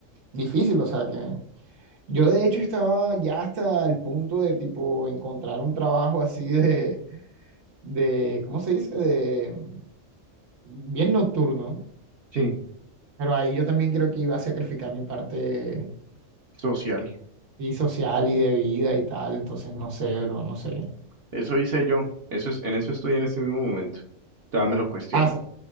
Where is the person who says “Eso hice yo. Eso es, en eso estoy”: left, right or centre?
Right